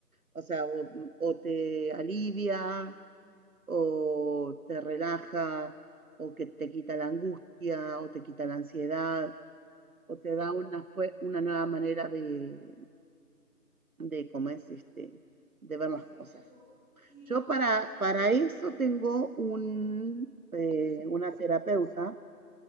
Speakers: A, on the right (about 60°); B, in the centre.
A: O sea,
B: sí,
A: o, mm, o te alivia, o te relaja, o que te quita la angustia, o te quita la ansiedad,
B: sí,
A: o te da una, fue, una nueva manera de, de cómo es este, de
B: sí,
A: ver
B: sí.
A: las cosas.
B: Luego, sí, luego
A: Yo
B: otro
A: para,
B: libro que...
A: para eso tengo un, eh, una terapeuta